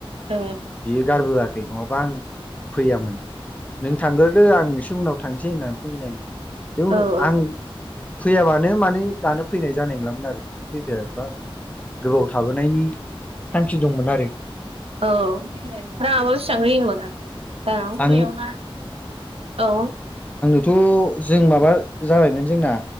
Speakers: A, on the right; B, on the left.
A: ए।
B: बियो गारबोआखै नङाबा आं फैयामोन नों थांग्रोदो आं एससे उनाव थांसै होननानै फैबाय आं। जिकुनु
A: ओ औ
B: आं
A: औ
B: फैयाबानो माने दानो फैनाय जानाय नंलामोन आरो बिजों फैफायाबा गोबाव थाबोनायनि थांखि दंमोन आरो
A: औ। औ रावोस थाहैयोनो माथो दाना जुलायाव
B: आं
A: ना औ।
B: थ' जों माबा जाबायमोन जोंना